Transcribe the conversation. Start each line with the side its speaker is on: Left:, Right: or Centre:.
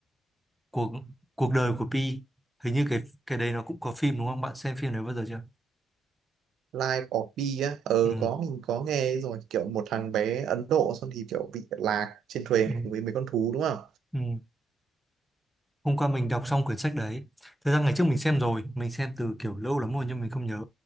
Centre: cuộc cuộc đời của Pi. Hình như cái cái đấy nó cũng có phim đúng không? Bạn xem phim đấy bao giờ chưa?
Right: Life of Pi á ờ
Centre: Ừ,
Right: có mình có nghe rồi kiểu một thằng bé Ấn Độ xong thì kiểu bị lạc trên thuyền
Centre: ừ,
Right: cùng với mấy con thú đúng không
Centre: ừ. Hôm qua mình đọc xong quyển sách đấy. Thật ra ngày trước mình xem rồi, mình xem từ kiểu lâu lắm rồi nhưng mình không nhớ.